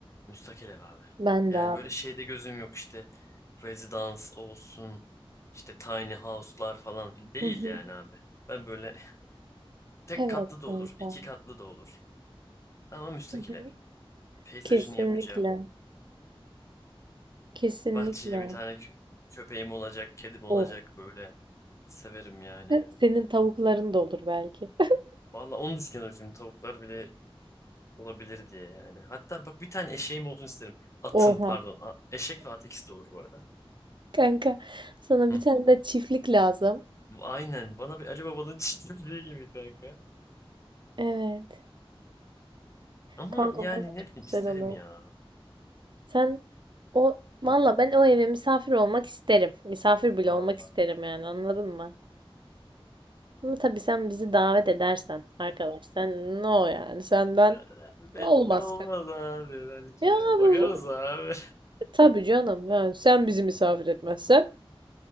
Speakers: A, on the left (about 30°); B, on the right (about 55°).
A: Müstakil ev abi.
B: Ben
A: Yani
B: de abi.
A: böyle şeyde gözüm yok işte residence olsun işte tiny house'lar falan fil- değil
B: Hı hı.
A: yani abi. Ben böyle <laughs> tek
B: Evet
A: katlı da
B: kanka.
A: olur, iki katlı da olur ama müstakil
B: Hı hı.
A: ev. Peyzajını
B: Kesinlikle.
A: yapacağım.
B: Kesinlikle.
A: Bahçeye bir tane kö- köpeğim olacak, kedim olacak
B: Of.
A: böyle. Severim yani.
B: <laughs> Senin tavukların da olur belki. <laughs>
A: Valla onu düşünüyorum şimdi tavuklar bile olabilir diye yani. Hatta bak bir tane eşeğim olsun isterim. Atım
B: Oha.
A: pardon. A- Eşek ve at ikisi de olur bu arada.
B: Kanka sana
A: Hı.
B: bir tane de çiftlik lazım.
A: Aynen. Bana bir Ali Baba'nın <laughs> çizdiği gibi kanka.
B: Evet.
A: Ama
B: Kanka
A: yani
B: valla
A: ne
B: çok
A: bileyim
B: güzel
A: isterim
B: olur.
A: ya.
B: Sen o
A: Hı,
B: valla ben o eve misafir olmak isterim. Misafir bile
A: valla.
B: olmak isterim yani anladın mı? Ama tabii sen bizi davet edersen arkadaş sen no yani senden
A: Be- Belli
B: olmaz.
A: olmaz abi belki
B: Ya
A: ya.
B: abi
A: Bakarız
B: o zaman-
A: abi.
B: tabii canım yani sen bizi misafir etmezsen.